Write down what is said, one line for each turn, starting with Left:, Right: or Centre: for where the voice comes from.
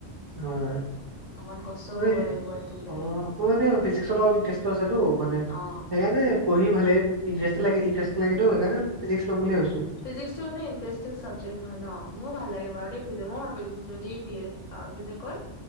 Right: হয় হয়
Left: অকমান- কষ্টও কৰিব
Right: এই
Left: লাগিব সেইটোক লৈ
Right: অ মোৰ এনে ফিজিক্স ত অলপ ইণ্টাৰেষ্ট আছেটো মানে সেইকাৰণে-
Left: অ অ
Right: পঢ়ি ভালে ইণ্টাৰেষ্টিং লাগে টো, ইন্টাৰেষ্টিং লাগে টো সেইকাৰণে ফিজিক্স ল'ম বুলি ভাবিছো।
Left: ফিজিক্স টো মানে ইণ্টাৰেষ্টিং চাবজেক্ট হয় ন, মোৰো ভাল লাগে বাৰু মই ভাবি লৈছো যদি বি এ- আৰু কি যে কয়,